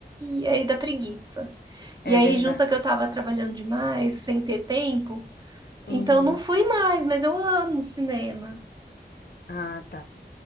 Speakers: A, on the right (about 25°); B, on the left (about 65°).
A: E aí dá preguiça.
B: é
A: E aí,
B: verdade.
A: junta que eu tava trabalhando demais, sem ter tempo,
B: Uhum.
A: então não fui mais, mas eu amo cinema.
B: Ah, tá.